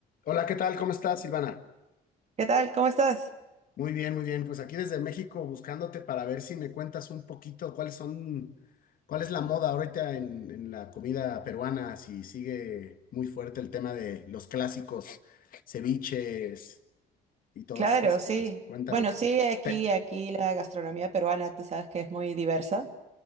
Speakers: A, on the left (about 55°); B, on the right (about 40°).
A: Hola, ¿qué tal? ¿Cómo estás, Silvana?
B: ¿Qué tal? ¿Cómo estás?
A: Muy bien, muy bien. Pues aquí desde México buscándote para ver si me cuentas un poquito cuáles son, cuál es la moda ahorita en, en la comida peruana, si sigue muy fuerte el tema de los clásicos, ceviches y todas
B: Claro,
A: estas
B: sí.
A: cosas. Cuéntame.
B: Bueno, sí, aquí,
A: Pe-
B: aquí la gastronomía peruana, tú sabes que es muy diversa